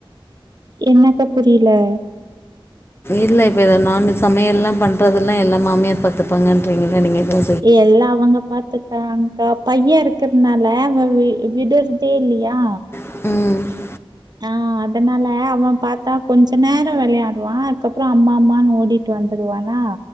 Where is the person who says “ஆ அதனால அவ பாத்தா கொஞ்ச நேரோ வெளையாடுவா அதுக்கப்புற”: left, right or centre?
Right